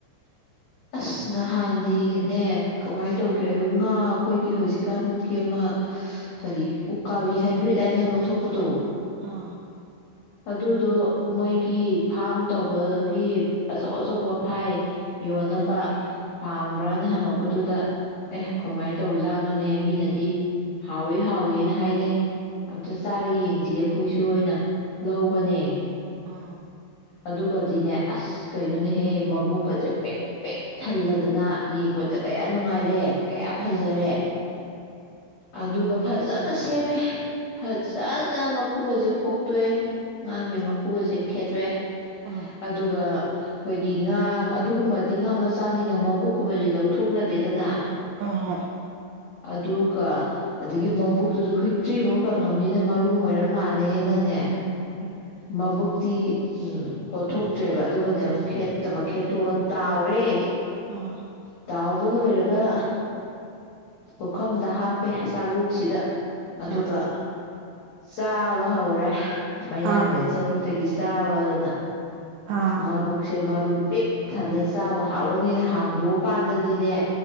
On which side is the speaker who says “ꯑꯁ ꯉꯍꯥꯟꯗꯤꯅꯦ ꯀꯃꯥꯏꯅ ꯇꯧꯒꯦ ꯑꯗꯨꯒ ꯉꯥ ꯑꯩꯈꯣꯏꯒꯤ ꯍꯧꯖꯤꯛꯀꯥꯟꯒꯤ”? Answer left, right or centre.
Left